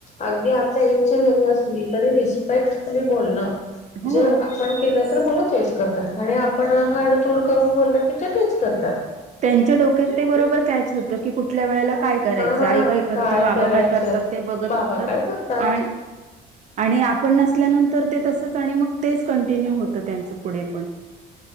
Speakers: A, on the left (about 45°); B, on the right (about 45°).
A: अगदी आपल्या एजची जरी असली तरी रिस्पेक्टफुली बोलणं.
B: हो
A: जर आपण केलं. मुलं तेच करतात आणि आपण हाडतूड करून बोलल की ते तेच करतात.
B: त्यांच्या डोक्यात ते बरोबर कायच होतं की कुठल्या वेळेला काय करायचं
A: हा
B: आई काय करते बाबा
A: करायचं
B: काय करतात ते बघत
A: बाबा
B: असतात
A: काय करतात
B: आणि आणि आपण नसल्यानंतर ते तसच. आणि मग तेच कंटिन्यू होत त्यांच पुढे पण